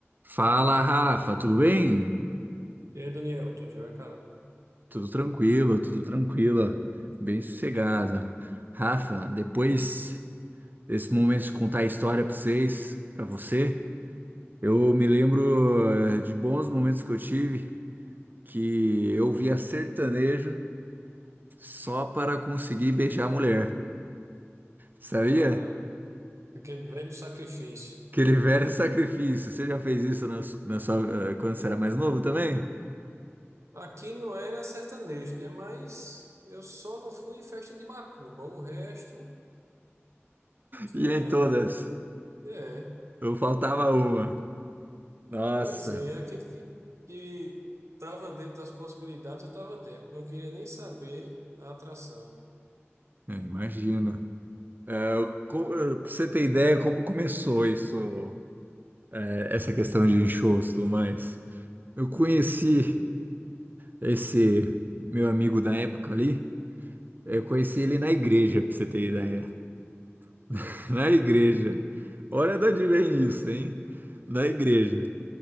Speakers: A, on the right (about 40°); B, on the right (about 85°).
A: Fala, Rafa, tudo bem?
B: E aí, Daniel, tudo jóia, cara?
A: Tudo tranquilo, tudo tranquila, bem sossegado. Rafa, depois desse momento de contar a história para vocês, para você, eu me lembro eh, de bons momentos que eu tive que eu via sertanejo só para conseguir beijar a mulher, sabia?
B: Ah, aquele velho sacrifício.
A: Aquele velho <laughs> sacrifício. Você já fez isso na su- na sua, eh, quando você era mais novo também?
B: Aqui não era sertanejo, né? Mas eu só não fui em festa de macumba. O resto tinha.
A: E em todas,
B: É,
A: não faltava uma. Nossa.
B: pois é, aquilo que, que estava dentro das possibilidades, eu estava dentro. Não queria nem saber a atração.
A: É, imagino. É, eu- co- eu- pra você ter ideia como começou isso, é, essa questão de enxosto, e tudo mais. eu conheci esse meu amigo da época ali, eu
B: Hum,
A: conheci ele na igreja, pra você ter ideia. <laughs> Na igreja. Olha de onde vem isso, hein? Na igreja.